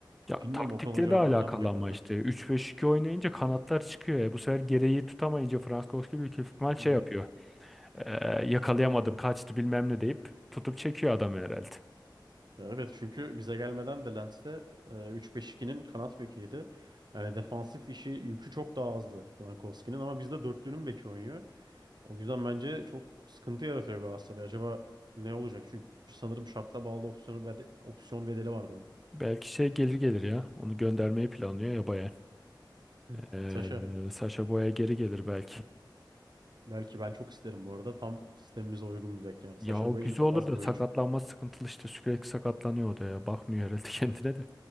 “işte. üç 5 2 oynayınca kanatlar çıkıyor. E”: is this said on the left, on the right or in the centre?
Centre